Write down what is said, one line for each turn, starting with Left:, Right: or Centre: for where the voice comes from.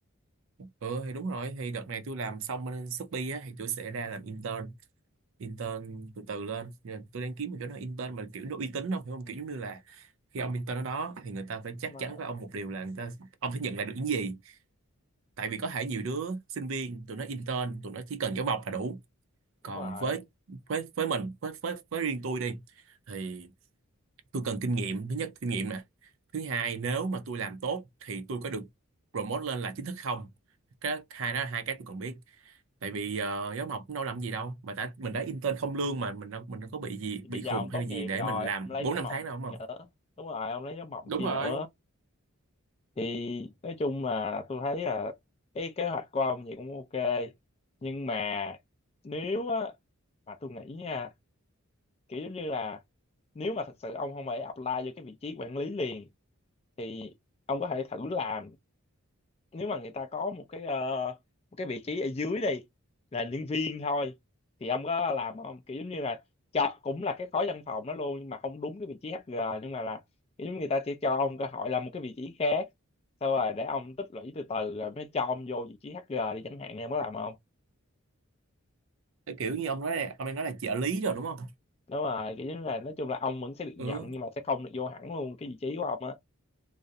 Right: ừ thì đúng rồi thì đợt này tôi làm xong bên Shopee á thì tôi sẽ ra làm intern intern từ từ lên Nhưng mà tôi đang kiếm một chỗ nào intern mà kiểu nó uy tín không hiểu không kiểu giống như là khi ông intern ở đó thì người ta phải chắc
Left: đúng rồi
Right: chắn với ông một điều là người ta ông phải nhận lại được những gì tại vì có thể nhiều đứa sinh viên tụi nó intern tụi nó chỉ cần giáo mộc là đủ còn
Left: đúng rồi
Right: với với với mình với với với riêng tôi đi thì tôi cần kinh nghiệm thứ nhất kinh nghiệm nè thứ hai nếu mà tôi làm tốt thì tôi có được promote lên là chính thức không cái hai đó là hai cái tôi cần biết tại vì ờ, giáo mộc cũng đâu làm gì đâu mà đã mình đã intern không lương mà mình đâu mình đâu có bị gì
Left: thì
Right: bị
Left: bây giờ
Right: khùng
Left: ông
Right: hay
Left: tốt
Right: là gì
Left: nghiệp
Right: để
Left: rồi
Right: mình làm
Left: ông lấy
Right: bốn
Left: giáo
Right: năm
Left: mộng
Right: tháng đâu đúng không
Left: chi nữa đúng rồi ông lấy giáo mộng
Right: đúng
Left: chi
Right: rồi
Left: nữa thì nói chung là tôi thấy là cái kế hoạch của ông vậy cũng ok nhưng mà nếu á mà tôi nghĩ nha kiểu giống như là nếu mà thật sự ông không phải apply vô cái vị trí quản lý liền thì ông có thể thử làm nếu mà người ta có một cái ờ, một cái vị trí ở dưới đi là nhân viên thôi thì ông có làm không kiểu giống như là cho cũng là cái khối văn phòng đó luôn nhưng mà không đúng cái vị trí HR nhưng mà là kiểu giống người ta chỉ cho ông cơ hội làm một cái vị trí khác sau rồi để ông tích lũy từ từ rồi mới cho ông vô vị trí HR đi chẳng hạn em có làm không
Right: cái kiểu như ông nói là, ông đang nói là trợ lý rồi đúng không
Left: đúng rồi kiểu giống là nói chung là ông vẫn sẽ được nhận
Right: ừ
Left: nhưng mà sẽ không được vô hẳn luôn cái vị trí của ông á